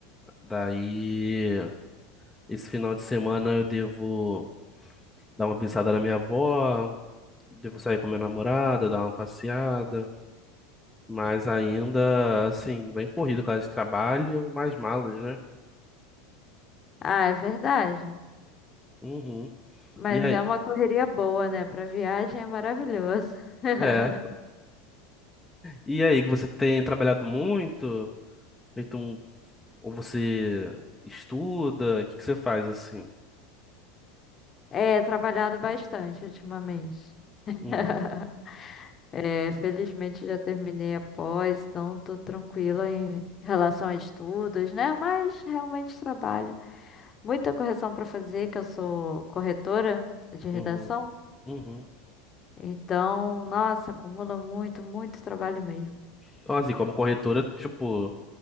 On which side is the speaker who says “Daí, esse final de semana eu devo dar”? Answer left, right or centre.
Centre